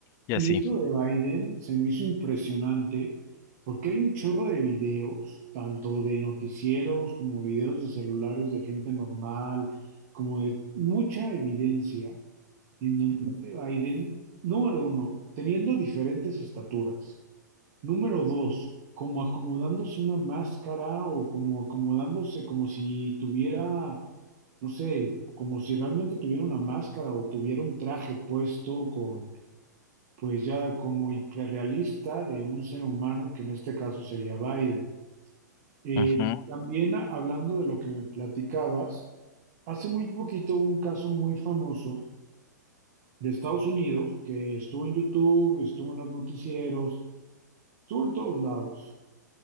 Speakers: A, on the left (about 30°); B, on the right (about 45°).
A: y
B: y
A: así.
B: esto de Biden se me hizo impresionante porque hay un chorro de videos, tanto de noticieros como videos de celulares de gente normal, como de mucha evidencia en donde Biden, número uno, teniendo diferentes estaturas. Número dos, como acomodándose una máscara o como acomodándose como si tuviera, no sé, como si realmente tuviera una máscara o tuviera un traje puesto con, pues ya como hiperrealista de un ser humano, que en este caso sería Biden. Eh,
A: Ujú,
B: también a- hablando de lo que me platicabas, hace muy poquito hubo un caso muy famoso de Estados Unidos, que estuvo en YouTube, estuvo en los noticieros, estuvo en todos lados,